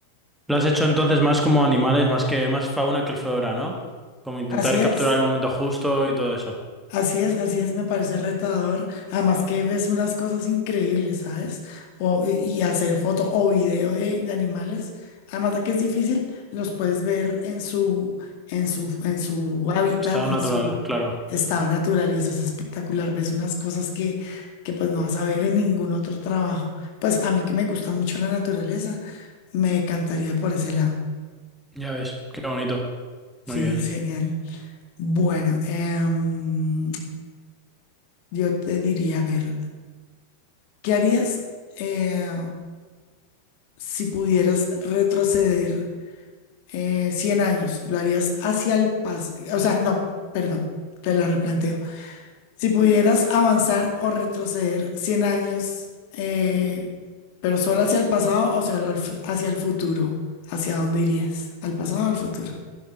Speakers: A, in the centre; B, on the left.
A: lo has hecho entonces más como animales, más que más fauna que flora, ¿no? Como intentar
B: Así es.
A: capturar el momento justo y todo eso.
B: Así es, así es, me parece retador. Además que ves unas cosas increíbles, ¿sabes? O, y y hacer foto o video de, de animales, además de que es difícil, los puedes ver en su, en su, en su hábitat,
A: Estado
B: en
A: natural,
B: su
A: claro.
B: estado natural, y eso es espectacular. Ves unas cosas que, que pues no vas a ver en ningún otro trabajo. Pues a mí que me gusta mucho la naturaleza, me encantaría por ese lado.
A: Ya ves, qué bonito.
B: Sí,
A: Muy bien.
B: es genial. Bueno, em, yo te diría, a ver. ¿Qué harías eh, si pudieras retroceder eh, 100 años? ¿Lo harías hacia el pasado? O sea, no, perdón, te la replanteo. Si pudieras avanzar o retroceder 100 años, eh, pero solo hacia el pasado o solo al fu- hacia el futuro, ¿hacia dónde irías? ¿Al pasado o al futuro?